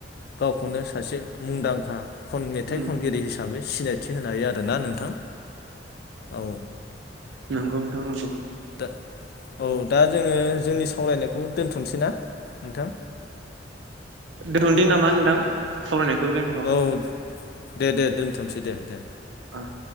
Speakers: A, on the left; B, on the right.
A: गावखौनो सासे मुंदांखा खन मेथाइ
B: उम
A: खनगिरि हिसाबै सिनायथि थि होनो हायो आरो ना नोंथां औ
B: नोंगौ नोंथां नोंगौ
A: दा औ दा जोङो जोंनि सावरायनायखौ दोन्थनोसै ना नोंथां
B: दोथदिनि नामा नोंथां सावरायनायखौ जोंनिखौ
A: औ दे दे दोनथसै दे दे
B: ओ